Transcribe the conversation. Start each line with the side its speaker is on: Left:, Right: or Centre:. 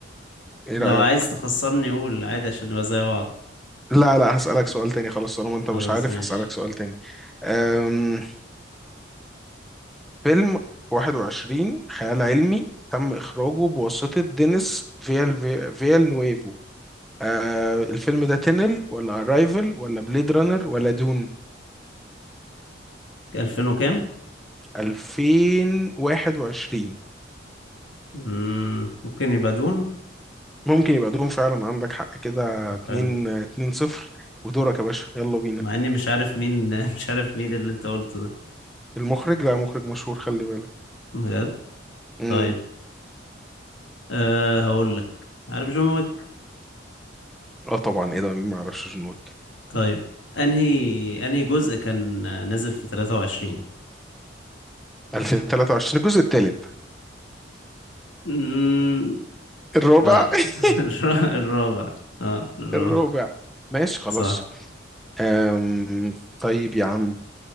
Centre: ايه
Left: لو
Centre: رايك
Left: عايز تخسرني قول عادي عشان نبقى زي بعض
Centre: لا لا هسالك سؤال تاني خلاص طالما انت
Left: خلاص
Centre: مش عارف
Left: ماشي
Centre: هسالك سؤال تاني أم... فيلم 21 خيال علمي تم إخراجه بواسطة دينيس فيال فيال نويفو آه الفيلم ده تنل ولا أرايفل ولا بليد رانر ولا دون
Left: ألفين وكام؟
Centre: 2021
Left: مم، ممكن يبقى دون
Centre: ممكن يبقى دون فعلا عندك حق كده
Left: طب
Centre: 2
Left: حلو
Centre: 2 0 ودورك يا باشا يلا بينا
Left: مع إني مش عارف مين <laughs> مش عارف مين اللي أنت قلته ده
Centre: المخرج لا مخرج مشهور خلي بالك
Left: بجد
Centre: امم
Left: طيب أه هقول لك عارف جون ويك
Centre: اه طبعا ايه ده مين ما يعرفش جون ويك
Left: طيب أنهي أنهي جزء كان نازل في 23
Centre: 2023 الجزء الثالث
Left: مم،
Centre: الرابع
Left: لا
Centre: <laughs>
Left: <laughs> الر- الرابع اه الرابع
Centre: الرابع ماشي خلاص
Left: صح
Centre: أم... طيب يا عم م-